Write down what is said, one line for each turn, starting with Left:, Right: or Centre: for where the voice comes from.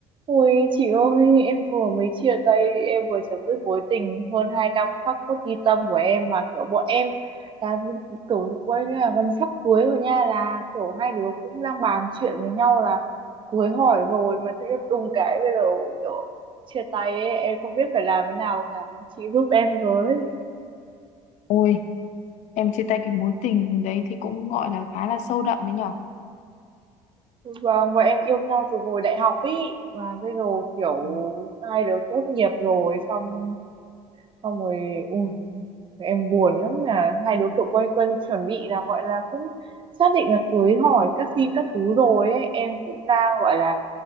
Right: Ôi chị ơi, em vừa mới chia tay, em vừa chấm dứt mối tình hơn 2 năm khắc cốt ghi tâm của em mà kiểu bọn em là kiểu quay là gần sắp cưới rồi nha là kiểu hai đứa cũng đang bàn chuyện với nhau là cưới hỏi rồi mà tự nhiên đùng cái bây giờ kiểu chia tay ấy, em không biết phải làm thế nào cả. Chị giúp em với.
Left: Ôi, em chia tay cái mối tình đấy thì cũng gọi là khá là sâu đậm đấy nhở.
Right: Vâng, bọn em yêu nhau từ hồi đại học ý mà bây giờ kiểu
Left: Ừ.
Right: hai đứa tốt nghiệp rồi xong xong rồi ui, em buồn lắm là hai đứa kiểu quay quần chuẩn bị là gọi là cũng xác định là cưới hỏi các xin các thứ rồi ấy em cũng đang gọi là